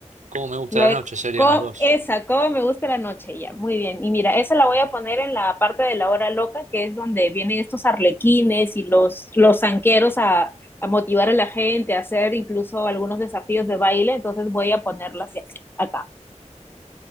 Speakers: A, on the right; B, on the left.
A: Cómo me gusta
B: Y la
A: la
B: de
A: noche serían
B: co-
A: las dos.
B: esa, cómo me gusta la noche, ya, muy bien. Y mira, esa la voy a poner en la parte de la hora loca, que es donde vienen estos arlequines y los, los zanqueros a, a motivar a la gente, a hacer incluso algunos desafíos de baile. Entonces voy a ponerlas ya, acá.